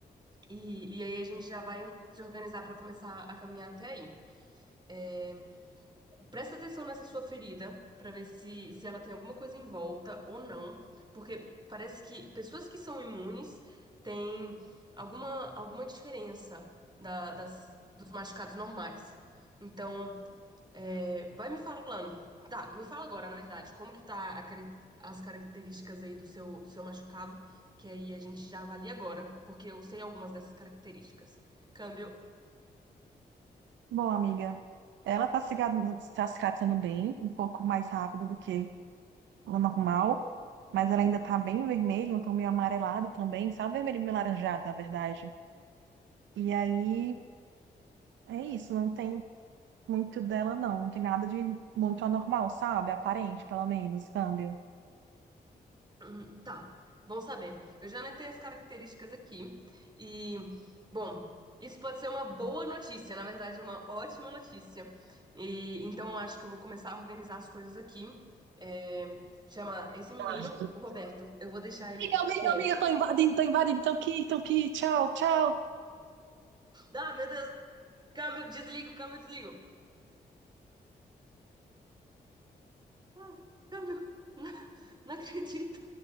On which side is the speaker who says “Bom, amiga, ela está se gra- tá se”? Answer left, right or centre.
Right